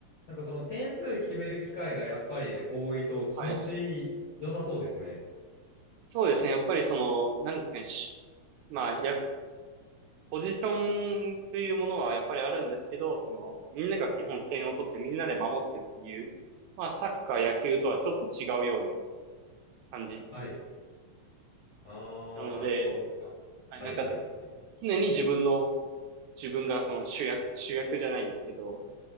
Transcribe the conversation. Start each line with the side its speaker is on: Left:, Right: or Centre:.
Left: なんかその点数決める機会がやっぱり多いと気持ち良さそうですね。
Right: はい。そうですね。やっぱりその、何ですかね。しまあ、や、ポジションというものはやっぱりあるんですけど、その、みんなが基本点を取ってみんなで守ってっていう、まあ、サッカー、野球とはちょっと違うような感じ
Left: はい。ああ、
Right: なので、
Left: なるほど。あはいはいはい。
Right: はい、なんか、常に自分の、自分がその主役、主役じゃないですけど、